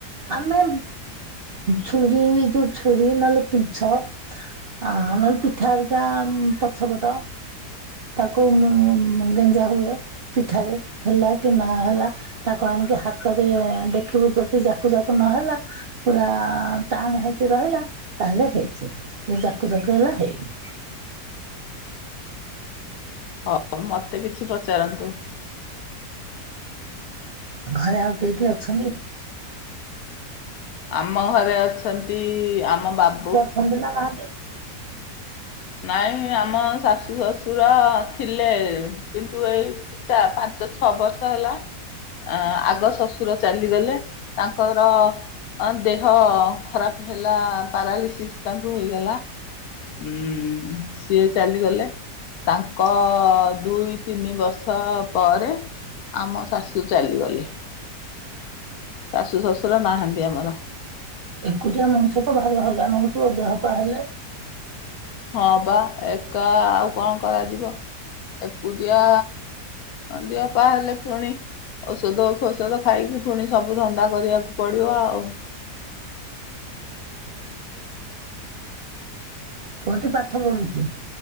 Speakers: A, on the right; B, on the left.
A: ଆମେ ଛୁରୀ ଯୋଉ ଛୁରୀ ନହେଲେ ପିଞ୍ଚ। ଆ ନହେଲେ ପିଠା ଆରିକା ପଛ ପଟ। ତାକୁ ଗେଞ୍ଜା ହୁଏ ପିଠାରେ ହେଲା କି ନା ହେଲା। ତାକୁ ଆଣିକି ହାତରେ ଦେଖିବୁ ଯଦି ଯାକୁ ଯାକୁ ନହେଲା ପୁରା ଟାଣ ହେଇକି ରହିଲା ତାହେଲେ ହେଇଛି ଜେଦି ଯାକୁ ଯାକୁ ହେଲା ହେଇନି।
B: ହଉ ମତେ କିଛି ପଚାରନ୍ତୁ।
A: ଘରେ ଆଉ କିଏ କିଏ ଅଛନ୍ତି।
B: ଆମ ଘରେ ଅଛନ୍ତି ଆମ ବାବୁ।
A: ଛୁଆ ପିଲା ନାହାନ୍ତି।
B: ନାଇଁ ଆମ ଶାଶୁ ଶଶୁର ଥିଲେ କିନ୍ତୁ ଏଇ ପାଞ୍ଚ ଛଅ ବର୍ଷ ହେଲା ଆ ଆଗ ଶଶୁର ଚାଲିଗଲେ ତାଙ୍କର ତାଙ୍କ ଦେହ ଖରାପ ହେଲା ପାରାଲିସିସ୍ ତାଙ୍କୁ ହେଇଗଲା। ହୁଁ ସିଏ ଚାଲିଗଲେ। ତାଙ୍କ ଦୁଇ ତିନି ବର୍ଷ ପରେ ଆମ ଶାଶୁ ଚାଲିଗଲେ ଶାଶୁ ଶ୍ୱଶୁର ନାହାନ୍ତି ଆମର।
A: ଏକୁଟିଆ ମଣିଷ ତ ଭାରି ହଇରାଣ ହୋଉଥିବ ଦେହ ପା ହେଲେ।
B: ହଁ ପା ଏକା ଆଉ କଣ କରାଯିବ। ଏକୁଟିଆ ଦେହ ପା ହେଲେ ଫୁଣି ଔଷଧ ଫୋସଦ ଖାଇକି ଫୁଣି ସବୁ ଧନ୍ଦା କରିବାକୁ ପଡିବ ଆଉ।
A: କୋଉଠି ପାଠ ପଢୁଛି।